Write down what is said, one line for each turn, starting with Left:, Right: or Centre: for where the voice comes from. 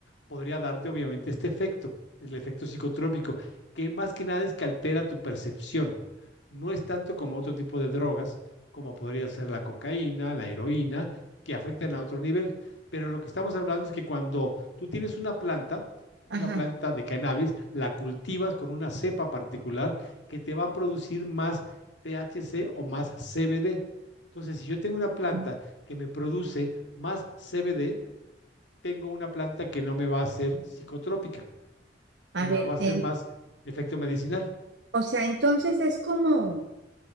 Left: podría darte obviamente este efecto, el efecto psicotrópico, que más que nada es que altera tu percepción. No es tanto como otro tipo de drogas, como podría ser la cocaína, la heroína, que afectan a otro nivel. Pero lo que estamos hablando es que cuando Tú tienes una planta,
Right: ajá.
Left: una planta de cannabis, la cultivas con una cepa particular que te va a producir más THC o más CBD. Entonces, si yo tengo una planta
Right: Mm.
Left: que me produce más CBD, tengo una planta que no me va a hacer psicotrópica, sino
Right: A ver,
Left: me va a hacer
Right: en,
Left: más efecto medicinal,
Right: o sea, entonces es como,